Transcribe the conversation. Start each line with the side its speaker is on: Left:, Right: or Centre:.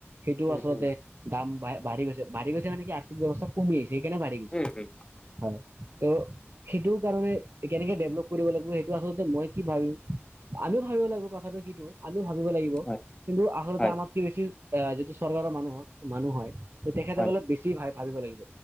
Right: সেইটোওঁ
Left: উম
Right: আচলতে
Left: উম।
Right: দাম বাঢ়ি বাঢ়ি গৈছে বাঢ়ি গৈছে মানে কি আৰ্থিক ব্যৱস্থা কমি আহিছে। সেইকাৰনে বাঢ়ি গৈছে,
Left: উম উম
Right: হয়। ত' সেইটোৰ কাৰণে কেনেকে ডেভলপ কৰিব লাগিব সেইটোৱেই আচলতে মই কি ভাবিম আমিও ভাবিব লাগিব কথাটো সিটো আমিও ভাবিব লাগিব
Left: হয়
Right: কিন্তু আচলতে
Left: হয়
Right: আমাক কি বেছি আহ যিটো চৰকাৰৰ মানুহ মানুহ হয় তেখেতসক
Left: হয়
Right: অপ বেছি ভাবিব লাগিব।